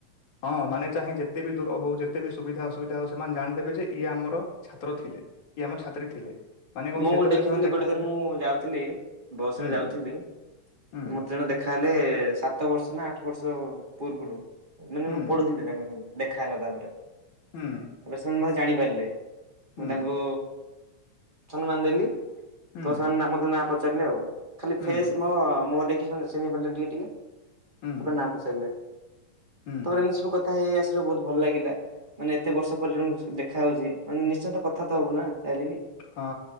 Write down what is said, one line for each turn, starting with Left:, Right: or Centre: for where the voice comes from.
Left: ହଁ ମାନେ ଚାହେଁ ଯେତେବି ଦୂର ହଉ ଯେତେବିି ସୁବିଧା ଅସୁବିଧା ହଉ ସେମାନେ ଜାଣିଦେବେ ଯେ ଇଏ ଆମର ଛାତ୍ର ଥିଲେ କି ଆମ ଛାତ୍ରୀ ଥିଲେ? ମାନେ କଣ
Right: ମୁଁ
Left: କି ଯେତେବେଳେ
Right: ଦେଖିଥିଲି
Left: ସେମାନେ ଦେଖା
Right: ଗୋଟେ
Left: ହେବେ
Right: ଥର ମୁଁ ଯାଉଥିଲି ବସରେ
Left: ହୁଁ
Right: ଯାଉଥିଲି।
Left: ହୁଁ
Right: ମତେ ଜଣେ ଦେଖ୍ ଦେଖାହେଲେ ସାତ ବର୍ଷ ନା ଆଠ ବର୍ଷ ପୂର୍ବରୁ। ମାନେ
Left: ହୁଁ
Right: ମୁଁ ପଢୁଥିଲି ତାଙ୍କ ସବୁ ଦେଖାହେଲା ତାପରେ।
Left: ହୁଁ।
Right: ତାପରେ ସେମାନେ ମତେ ଜାଣିପାରିଲେ।
Left: ହୁଁ
Right: ମୁଁ ତାଙ୍କୁ ମାନ ଦେଲି
Left: ହୁଁ
Right: ତ ସେମାନେ ମତେ ନା ପଚାରିଲେ ଆଉ ଖାଲି
Left: ହୁଁ
Right: ଫେସ ମ ମୁହଁ ଦେଖି ଚିହ୍ନି ପାରିଲେ ଟିକେ ଟିକେ ତାପରେ
Left: ହୁଁ
Right: ନାଁ ପଚାରିଲେ?
Left: ହୁଁ।
Right: ତାପରେ ଏମିତି ସବୁ କଥା ହେଇ ହେଇ ଆସିଲେ ବହୁତ ଭଲ ଲାଗିଲା। ମାନେ ଏତେ ବର୍ଷ ପରେଲ ଦେଖା ହଉଛି ମାନେ ନିଶ୍ଚନ୍ତ କଥା ତ ହବୁ ନା ଯାହଲେ ବି?
Left: ହଁ